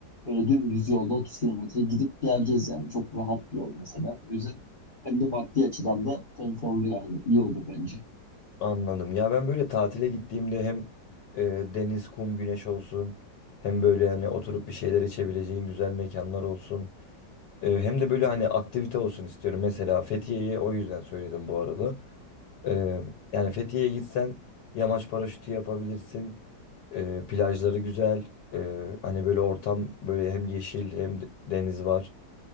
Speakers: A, on the left; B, on the left.
A: böyle dümdüz yolda 30 kilometre gidip geleceğiz yani. Çok rahat bir yol mesela. O yüzden hem de maddi açıdan da konforlu yani. İyi olur bence.
B: Anladım. Ya ben böyle tatile gittiğimde hem e, deniz, kum, güneş olsun hem böyle hani oturup bir şeyler içebileceğin güzel mekanlar olsun. Ee, hem de böyle hani aktivite olsun istiyorum. Mesela Fethiye'yi o yüzden söyledim bu arada. Ee, yani Fethiye'ye gitsen yamaç paraşütü yapabilirsin. Ee, plajları güzel. Ee, hani böyle ortam böyle hem yeşil hem de- deniz var.